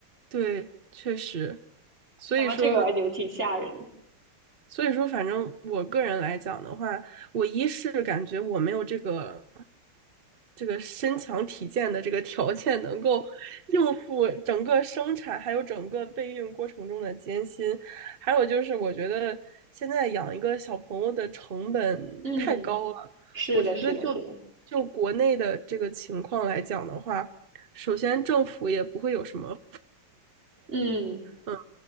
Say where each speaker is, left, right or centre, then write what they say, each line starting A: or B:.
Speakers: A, on the right; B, on the right.
A: 对，确实，所以说，
B: 想到这个，我还觉得挺吓人的。
A: 所以说，反正我个人来讲的话，我一是感觉我没有这个。这个身强体健的这个条件能够应付整个生产还有整个备孕过程中的艰辛，还有就是我觉得现在养一个小朋友的成本太高了，
B: 嗯，是的，
A: 我觉得就
B: 是的，是的，
A: 就国内的这个情况来讲的话，首先政府也不会有什么
B: 嗯，
A: 嗯，